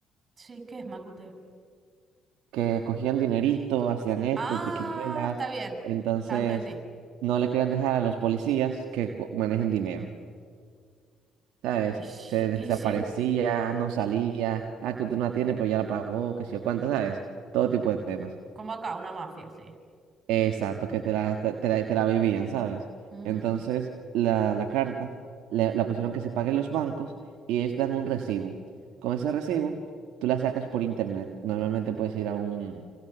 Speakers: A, on the right (about 40°); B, on the right (about 70°).
A: Sí, ¿qué es Macute?
B: que cogían dinerito, hacían esto,
A: Ah,
B: triquiñuelas,
A: está bien.
B: entonces
A: Ya entendí.
B: no le querían dejar a los policías que co- manejen dinero, ¿sabes?
A: Y, s-
B: Se desaparecía,
A: y sí.
B: no salía, ah, que usted no la tiene, pero ya la pagó, qué sé yo cuánto, ¿sabes? Todo tipo de temas.
A: Como acá, una mafia, sí.
B: Exacto, que te la, te, te la, te la vivían, ¿sabes?
A: Ujú.
B: Entonces, la, la carta le- la pusieron que se paguen los bancos y ellos dan un recibo. Con ese recibo, tú la sacas por internet. Normalmente puedes ir a un,